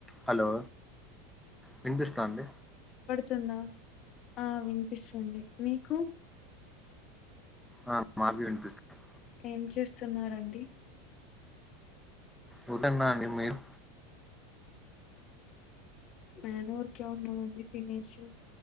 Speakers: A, in the centre; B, on the left.
A: Hello వినిపిస్థాంది.
B: తుందా ఆ వినిపిస్తుంది మీకు
A: ఆ మాకి వినిపిస్తుంది.
B: ఏం చేస్తున్నారండి.
A: ఊరికే ఉన్నానండి మీరు
B: మేము ఊరికే ఉన్నామండి తినేసి